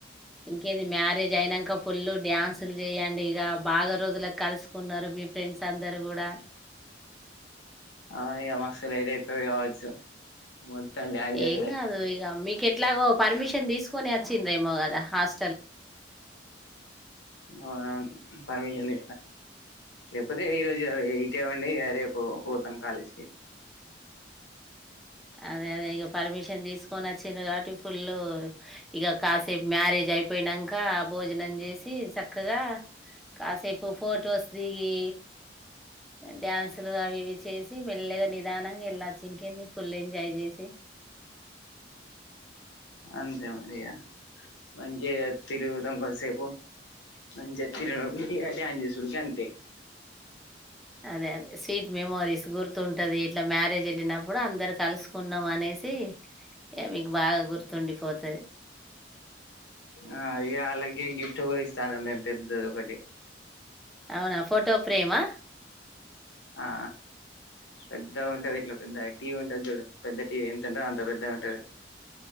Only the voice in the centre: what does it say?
ఇంకేది మ్యారేజ్ అయినాక ఫులు డ్యాన్సులు చెయ్యడి ఇక బాగా రోజులకు కలుసుకున్నారు మీ ఫ్రెండ్స్ అందరు కూడా
ఏం గాదు ఇగ మీకు ఎట్లాగో పర్మిషన్ తీస్ కొనే అచ్చిండ్రేమో కదా హాస్
అదే అదే ఇక పర్మిషన్ తీసుకొని వచ్చిర్రు కాబట్టి ఫుల్ ఇక కాసేపు మ్యారేజ్ అయిపోయినాక భోజనం చేసి చక్కగా కాసేపు ఫొటోస్ దిగి డ్యాన్సులు అవి ఇవి చేసి మెల్లగా నిదానంగా ఎళ్లొచ్చు ఇంకేంది ఫుల్ ఎంజాయ్ చేసి
అదే అదే స్వీట్ మెమోరీస్ గుర్తుంటది ఇట్లా మ్యారేజ్ వెళ్ళినప్పుడు అందరు కలుసుకున్నాం అనేసి ఈ మీకు బాగా గుర్తుండిపోత
అవునా ఫోటో ఫ్రేమ్ మా